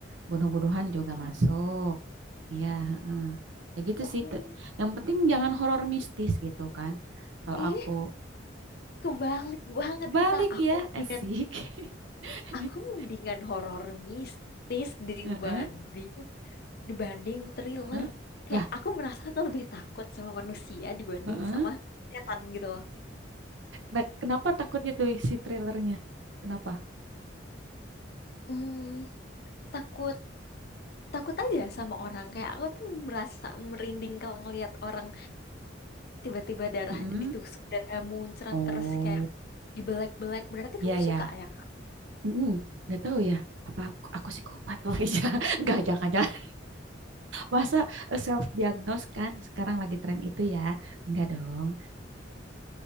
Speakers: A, on the right; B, on the left.
A: Bunuh-bunuhan juga
B: Oh,
A: masuk. Iya, heeh. Ya gitu
B: oh,
A: sih. te- Yang penting jangan horor mistis gitu kan. Kalau
B: ih,
A: aku
B: kebalik banget
A: balik
B: kita. Aku
A: ya,
B: mendingan,
A: asik. <laughs>
B: aku mendingan horor mistis dibanding
A: Heeh,
B: dibanding thriller.
A: heeh.
B: Kayak
A: Lah,
B: aku merasa aku lebih takut sama manusia dibanding
A: heeh.
B: sama setan gitu loh.
A: Nah, kenapa takutnya tuh si thrillernya? Kenapa?
B: Hmm, takut takut aja sama orang kayak aku tuh merasa merinding kalau ngelihat orang tiba-tiba darah
A: Mm-mm.
B: ditusuk darah muncrat
A: Oh,
B: terus kayak dibelek-belek berarti
A: iya
B: kamu
A: ya.
B: suka ya
A: Mm-mm. Nggak tahu ya. Apa aku, aku psikopat? Oh iya, <laughs> nggak jangan-jangan. Masa self diagnose kan sekarang lagi tren itu ya? Enggak dong.